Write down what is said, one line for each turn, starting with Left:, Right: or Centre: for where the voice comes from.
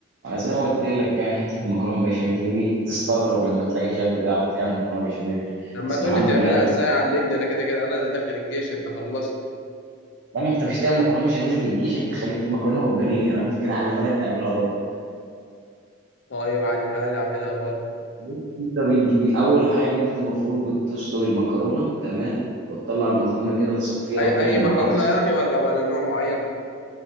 Right: أنا زي ما قلت لك يعني حته المكرونه بشاميل دي تستغرب لما تلاقي شاب بيعرف يعمل مكرونه بشاميل
Left: لما
Right: بس
Left: تقول
Right: الحمد
Left: لي بتعملها
Right: لله
Left: ازاي علمني انا كده كده انا اللي داخل الجيش انت خلصت
Right: لما انت مش هتعمل مكرونه بشاميل في الجيش انت خليك في المكرونه والبانيه انا ممكن اعلمها لك تعملها بره
Left: طيب علمها لي اعملها بره
Right: انت بتجيب اول حاجه ان انت المفروض بتسلق المكرونه تمام وتطلع المكرونه كده تصفيها
Left: اي
Right: وتهدى
Left: اي مكرونه
Right: مع نفسك
Left: يعني ولا ولا نوع معين